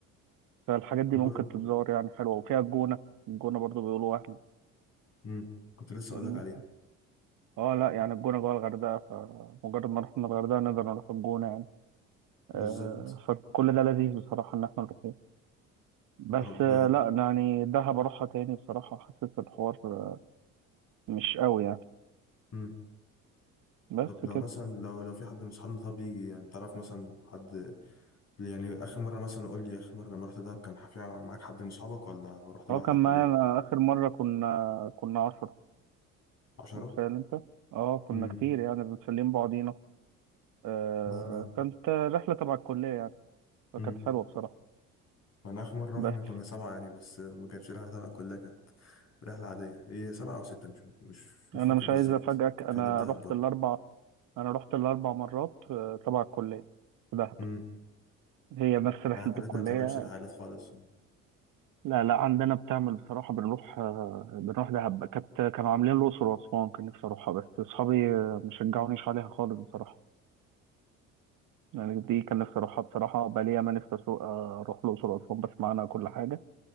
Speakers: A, on the right; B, on the left.
A: فالحاجات دي
B: في
A: ممكن
B: برضه
A: تتزور يعني حلوة وفيها الجونة الجونة برضو بيقولوا وهم
B: امم كنت لسه
A: فاهمني
B: اقول لك عليها
A: اه لا يعني الجونة جوه الغردقة فمجرد ما رحنا الغردقة نقدر نروح الجونة يعني
B: بالظبط
A: آه، فكل ده لذيذ بصراحة إن احنا نروح بس
B: طب
A: آه، لا يعني دهب اروحها تاني بصراحة حاسس الحوار آه، مش قوي يعني
B: امم
A: بس
B: طب لو
A: كده
B: مثلا لو لو في حد من اصحابنا طب يجي يعني تعرف مثلا حد يعني اخر مره مثلا قول لي اخر مره لما رحت دهب كان في معاك حد من اصحابك ولا رحت لوحدك
A: اه كان
B: ولا
A: معايا
B: ايه
A: اخر مرة كنا كنا عشرة
B: 10
A: متخيل انت اه كنا
B: امم
A: كتير يعني بنسلم بعضينا آه
B: انا
A: كانت رحلة تبع الكلية يعني فكانت
B: امم
A: حلوة بصراحة
B: انا اخر مره
A: بس
B: رحنا كنا سبعه يعني بس ما كانتش رحله تبع كلها كانت رحله عاديه هي سبعه او سته مش مش مش
A: انا
B: فاكر
A: مش
B: بالظبط
A: عايز افاجئك انا
B: كانت دهب
A: رحت
B: برضه
A: الاربع انا رحت الاربع مرات آه، تبع الكلية في دهب
B: امم
A: هي نفس رحلة
B: احنا كلتنا
A: الكلية
B: ما بتعملش رحلات خالص
A: لا لا عندنا بتعمل بصراحة بنروح آه، بنروح دهب كانت كانوا عاملين الأقصر وأسوان كان نفسي أروحها بس أصحابي آه، مشجعونيش عليها خالص بصراحة يعني دي كان نفسي أروحها بصراحة بقالي ياما نفسي أسوق آه، أروح الأقصر وأسوان بسمع عنها كل حاجة